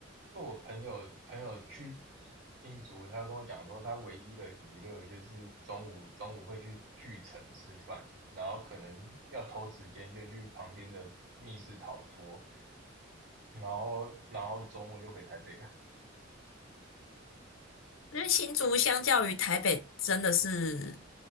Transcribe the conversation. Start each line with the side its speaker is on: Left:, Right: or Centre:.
Right: 就我朋友朋友去新竹，他跟我讲说，他唯一的娱乐就是中午中午会去巨城吃饭，然后可能要偷时间就去旁边的密室逃脱，然后然后中午就回台北了，
Left: 因为新竹相较于台北，真的是